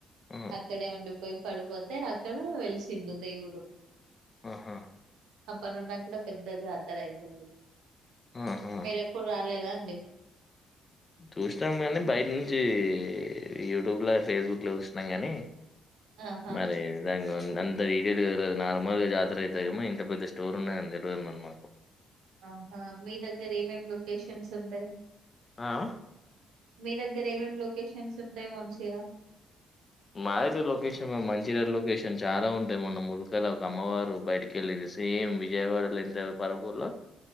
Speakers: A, on the left; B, on the right.
A: ఆ!
B: అక్కడే ఉండిపోయి పడిపోతే అక్కడ వెలిసిండు దేవుడు.
A: ఆహా
B: అప్పట్నుండి అక్కడ పెద్ద జతరాయ్తది.
A: ఆహా!
B: మీరేప్పుడు రాలేదా? ఎ
A: చూష్ణం గనీ బయట నుంచి యూట్యూబ్ ల, ఫేస్బుక్ల జూష్ణం గని.
B: ఆహా
A: మరి దంగాఉంద్ అం అది ఈది ఈది దిరగది నార్మల్గా జాతరయ్తదేమో ఇంత పెద్ద స్టోర్ ఉన్న తెల్వదు మరి మాకు.
B: ఆహా మీ దగ్గర ఏమేమ్ లొకేషన్స్ ఉంటాయ్.
A: ఆ
B: మీ దగ్గర ఏమేం లొకేషన్స్ ఉంటాయ్ మంచిగా?
A: మాదగరా లొకేషన్ మంచిరల్ లొకేషన్ చాలా ఉంటాయి, మొన్న ముల్కల ఒక అమ్మవారు బయటకి ఎళ్ళింది సేమ్ విజయవాడలెన్త్ పరపూర్లో